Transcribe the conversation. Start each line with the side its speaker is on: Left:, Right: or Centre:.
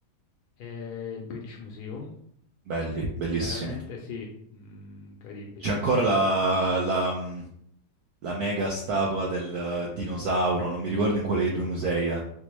Left: e il British Museum.
Right: Belli, bellissimi.
Left: Veramente sì, mm, incredibile.
Right: C'è ancora la, la, mh, la mega statua del eh, dinosauro, non mi ricordo in quale dei due musei è.